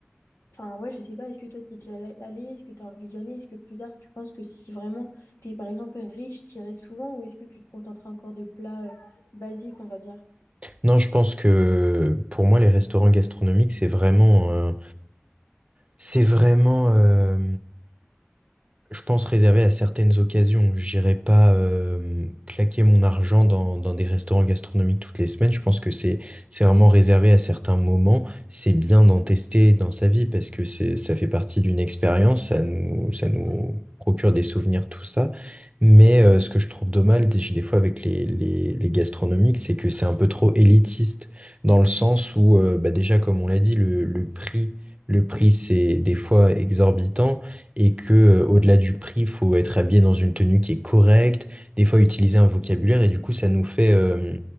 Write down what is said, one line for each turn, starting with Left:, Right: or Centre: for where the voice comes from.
Left: enfin, ouais, je sais pas, est-ce que toi tu es déjà allé? allé Est-ce que tu as envie d'y aller? Est-ce que plus tard tu penses que si vraiment tu es, par exemple, riche, tu irais souvent ou est-ce que tu te contenterais encore de plats euh, basiques, on va dire?
Right: Non, je pense que pour moi, les restaurants gastronomiques, c'est vraiment, euh, c'est vraiment, euh, Je pense réserver à certaines occasions. J'irai pas euh, claquer mon argent dans, dans des restaurants gastronomiques toutes les semaines. Je pense que c'est c'est vraiment réservé à certains moments. C'est bien d'en tester dans sa vie parce que c'est ça fait partie d'une expérience. Ça nous ça nous procure des souvenirs, tout ça. Mais euh, ce que je trouve dommage des, des fois avec les, les, les gastronomiques, c'est que c'est un peu trop élitiste dans le sens où euh, bah déjà comme on l'a dit, le, le prix le prix c'est des fois exorbitant et que euh, au-delà du prix, faut être habillé dans une tenue qui est correcte, des fois utiliser un vocabulaire et du coup ça nous fait euh,